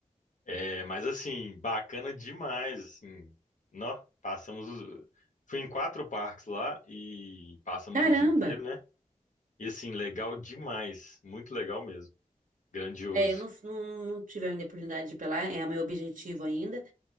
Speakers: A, on the left; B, on the right.
A: É, mas assim, bacana demais, assim, nó, passamos, os- fui em quatro parques lá e passamos
B: Caramba!
A: o dia inteiro, né? E assim, legal demais, muito legal mesmo, grandioso.
B: É, eu não, não, não tive ainda a oportunidade de ir pra lá, é o meu objetivo ainda,